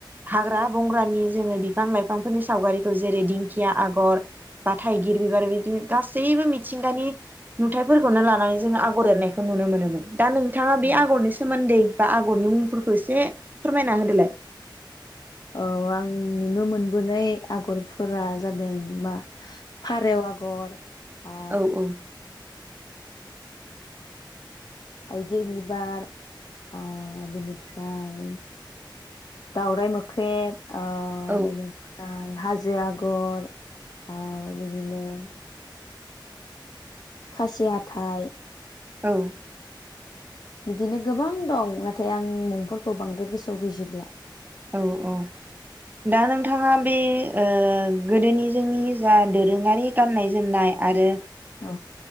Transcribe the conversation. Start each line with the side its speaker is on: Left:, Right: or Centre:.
Right: हाग्रा बंग्रानि जोङो बिफां लाइफांफोरनि सावगारिखौ जेरै दिंखिया आगर बा थाइगिर बिबार बिदिनो गासैबो मिथिंगानि नुथाइफोरखौनो लानानै जोङो आगर एरनायखौ नुनो मोनोमोन दा नोंथाङा बे
Left: औ
Right: आगरनि सोमोन्दै दा आगरनि मुंफोर एसे फोरमायना होदोलाय
Left: औ आं नुनो मोनबोनाय आगरफोरा जादों मा फारेव आगर ओ
Right: औ औ
Left: थायगिर बिबार आ-बेनिफ्राय दावराइ मोख्रेब आ
Right: औ
Left: बेनिफ्राइ हाजो बे आगर आ बिदिनो खासिहाथाय
Right: औ
Left: बिदिनो गोबां दं नाथाय आं मुं'फोरखौ बांद्राय गोसोआव गैजोबब्ला
Right: औ औ दा नोंथाङा बे ओ-गोदोनि जोंनि जा दोरोङारि गाननाय जोमनाय आरो
Left: औ